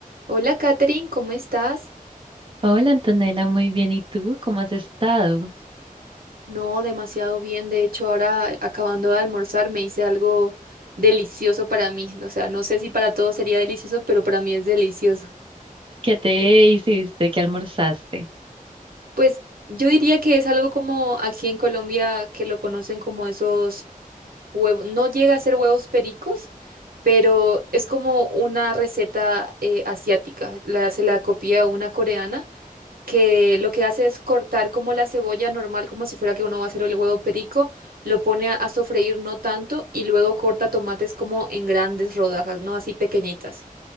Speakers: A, on the right; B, on the right.
A: Hola, Katherine, ¿cómo estás?
B: Hola Antonella, muy bien. ¿Y tú cómo has estado?
A: No, demasiado bien. De hecho, ahora acabando de almorzar me hice algo delicioso para mí. O sea, no sé si para todos sería delicioso, pero para mí es delicioso.
B: ¿Qué te hiciste? ¿Qué almorzaste?
A: Pues yo diría que es algo como aquí en Colombia que lo conocen como esos huevos. No llega a ser huevos pericos, pero es como una receta eh, asiática. La, se la copia una coreana que lo que hace es cortar como la cebolla normal, como si fuera que uno va a hacer el huevo perico, lo pone a, a sofreír no tanto y luego corta tomates como en grandes rodajas, no así pequeñitas.